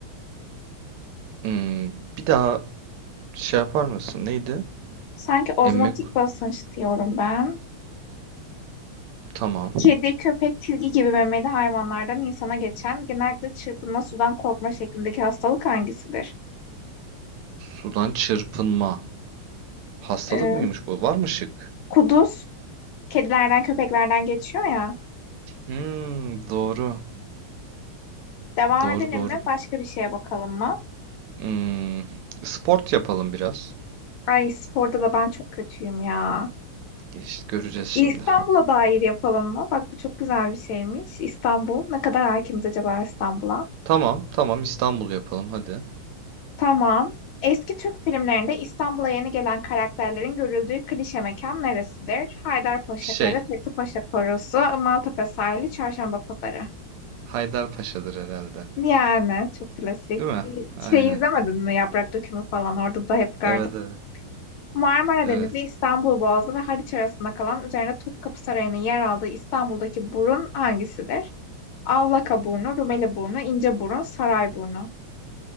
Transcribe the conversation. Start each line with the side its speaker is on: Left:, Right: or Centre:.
Right: Hmm, bir daha şey yapar mısın? Neydi?
Left: Sanki ozmotik
Right: Emmek.
Left: basınç diyorum ben.
Right: Tamam.
Left: Kedi, köpek, tilki gibi memeli hayvanlardan insana geçen genellikle çırpınma sudan korkma şeklindeki hastalık hangisidir?
Right: Sudan çırpınma. Hastalık
Left: Ee,
Right: mıymış bu? Var mı şık?
Left: kuduz, kedilerden köpeklerden geçiyor ya.
Right: Hmm, doğru.
Left: Devam
Right: Doğru
Left: edelim
Right: doğru.
Left: mi? Başka bir şeye bakalım mı?
Right: Hmm, sport yapalım biraz.
Left: Ay sporda da ben çok kötüyüm ya.
Right: İşte göreceğiz şimdi.
Left: İstanbul'a dair yapalım mı? Bak bu çok güzel bir şeymiş. İstanbul. Ne kadar hakimiz acaba İstanbul'a?
Right: Tamam, tamam İstanbul yapalım hadi.
Left: Tamam. Eski Türk filmlerinde İstanbul'a yeni gelen karakterlerin görüldüğü klişe mekan neresidir? Haydarpaşa
Right: Şey,
Left: Kale, Fethi Paşa Korosu, Maltepe Sahili, Çarşamba Pazarı.
Right: Haydarpaşa'dır herhalde.
Left: Yani çok klasik.
Right: Değil mi? Aynen.
Left: Şey izlemedin mi? Yaprak Dökümü falan orada da hep gardım.
Right: Evet, evet.
Left: Marmara
Right: Evet.
Left: Denizi, İstanbul Boğazı ve Haliç arasında kalan üzerine Topkapı Sarayı'nın yer aldığı İstanbul'daki burun hangisidir? Avlaka burnu, Rumeli burnu, ince burun, saray burnu.